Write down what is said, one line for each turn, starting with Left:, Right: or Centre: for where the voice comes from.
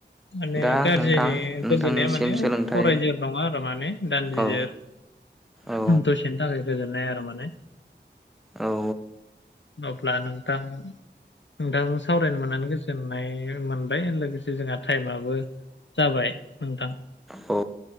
Left: माने
Centre: दा
Left: गाज्रिनि
Centre: नोंथां नोंथांनिसिम
Left: गोजोननाया माने
Centre: सोलोंथाइ
Left: फरायै नङा आरो माने दान्दिजोर
Centre: औ औ
Left: दसेनि थाखाय गोजोननाय आरो माने
Centre: औ
Left: अब्ला नों थां नोंथां सावरायनो मोननानै गोजोननाय मोन बाय लोगोसे जोंहा टाइमाबबो जाबाय नोंथां।
Centre: अ